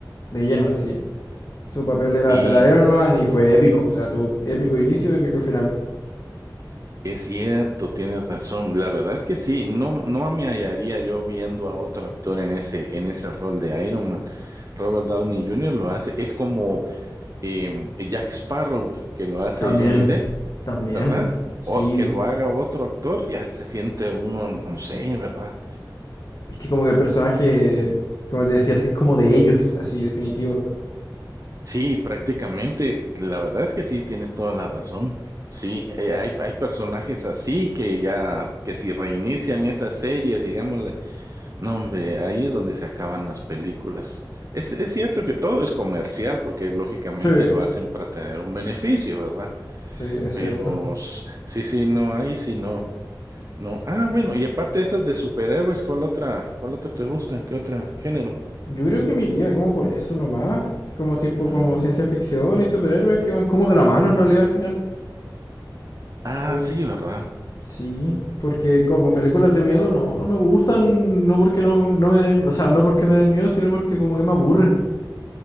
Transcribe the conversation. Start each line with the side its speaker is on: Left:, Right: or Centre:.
Left: de lleno, así. Su papel era
Right: Y
Left: ser Iron Man y fue épico. O sea, tuvo épico inicio, épico final.
Right: es cierto, tienes razón, la verdad es que sí, no, no me hallaría yo viendo a otro actor en ese, en ese rol de Iron Man. Robert Downey Jr. lo hace, es como em, Jack Sparrow, que lo hace
Left: También,
Right: Johnny Depp,
Left: también.
Right: ¿verdad?
Left: Sí.
Right: O que lo haga otro actor, ya se siente uno, no sé, ¿verdad?
Left: Es que como que el personaje, como te decías, es como de ellos, así, definitivo.
Right: Sí, prácticamente, la verdad es que sí, tienes toda la razón. Sí, eh, hay, hay personajes así que ya, que si reinician esa serie, digámosle, no, hombre, ahí es donde se acaban las películas. Es, es cierto que todo es comercial, porque lógicamente
Left: Sí,
Right: lo hacen para tener un beneficio, ¿verdad?
Left: sí, es
Right: Pero
Left: cierto.
Right: s- sí, sí, no, ahí sí no. No. Ah, bueno, y aparte de esas de superhéroes, ¿cuál otra, cuál otra te gusta? ¿Qué otro género?
Left: Yo creo que me iría como por eso nomás. Como tipo,
Right: Mm,
Left: como ciencia ficción y superhéroes que van como de la mano en realidad al final.
Right: Ah,
Left: O-
Right: sí, ¿verdad?
Left: Sí, porque como películas de miedo no, no me gustan, no porque no, me- no me den, o sea, no porque me den miedo, sino porque como que me aburren.